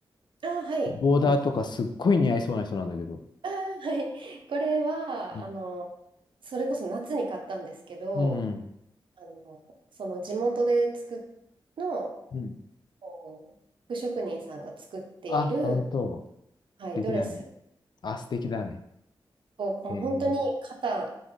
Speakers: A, on the right; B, on the left.
A: ああ、はい。
B: ボーダーとかすっごい似合いそうな人なんだけど。
A: このあーはい。これは、
B: うん
A: あの、それこそ夏に買ったんですけど、
B: うん、
A: あの、その地元で作っの、
B: うん。
A: こう、服職人さんが作っている、
B: あ、本当。
A: はい、
B: 素敵だね。
A: ドレス
B: あ、素敵だね。
A: を、もう本当に肩、
B: えー、